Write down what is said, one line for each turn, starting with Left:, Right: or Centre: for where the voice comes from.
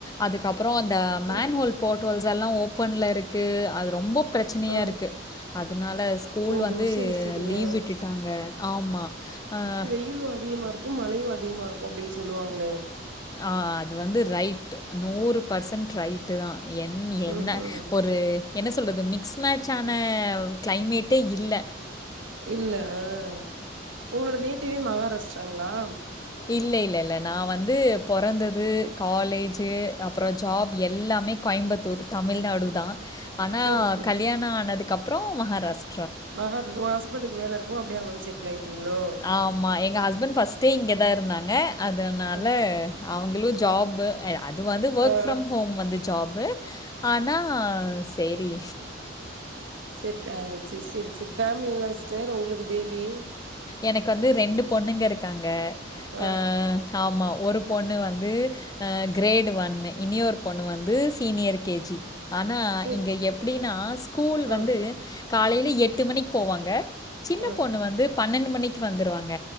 Left: அதுக்கப்றோ அந்த
Right: ஓ
Left: மேன்வோல் போட்வல்ஸ்ஸல்லா ஓப்பன்ல இருக்கு அது ரொம்ப ப்ரச்சனையாரு
Right: ஆ
Left: அதுனால ஸ்கூல்
Right: ஓஹோ
Left: வந்து
Right: செரி செரி
Left: லீவ்
Right: ஆ
Left: விட்டுட்டாங்க ஆமா அ அஹ்
Right: யீலூ அதிகமா இருக்கும் மழையு அதிகமா ருக்கு அப்டின் சொல்லுவாங்ளே
Left: ஆ அது வந்து ரைட்டு நூறு பர்சன் ட்ரைட்டு தா என் என்ன
Right: ம் ம்
Left: ஒரு என்ன சொல்றது மிக்ஸ் மேச் ஆன க்ளைமேட்டே இல்ல
Right: இல்ல அ உங்களோட நேடிவே மகாராஸ்ட்ராங்ளா
Left: இல்ல இல்லல்ல நா வந்து பொறந்தது காலேஜு அப்றோ ஜாப் எல்லாமே கோய்ம்பத்தூர் தமிழ்நாடு தா ஆனா
Right: செரி செரி
Left: கல்யாண ஆனதுகப்றோ மஹாராஸ்
Right: பகத் உ ஹஸ்பன்டுக் வேல இருக்கு அப்டே அங்க வய் செட்டில் ஆய்ட்டீங்ளோ
Left: ஆமா எங்க ஹஸ்பண்ட் ஃபஸ்ட்டே இங்க தா இருந்தாங்க அதனால
Right: ம்
Left: அவுங்களு ஜாப்பு எய அது வந்து வக்
Right: ஆ ஆ
Left: ஃப்ரம் ஹோம் வந்து ஜாப்பு ஆனா சேரி
Right: செட் ஆயிர்ச்சி செரி செரி ஃபேமிலி எல்லா ஸ்டர் உங்ளுக்கு பேபி
Left: எனக்கு வந்து ரெண்டு பொண்ணுங்க இருக்காங்க
Right: ஆ
Left: அ ஆமா ஒரு பொண்ணு வந்து அ க்ரேடு வன்னு இனியோர் பொண்ணு வந்து சீனியர் கேஜி ஆனா
Right: செரி
Left: இங்க
Right: செரி
Left: எப்டின்னா ஸ்கூல்
Right: ஆ
Left: வந்து காலய்ல எட்டு மணிக் போவாங்க சின்ன
Right: ஆ
Left: பொண்ணு வந்து பன்னண்டு மணிக்கு வந்துருவாங்க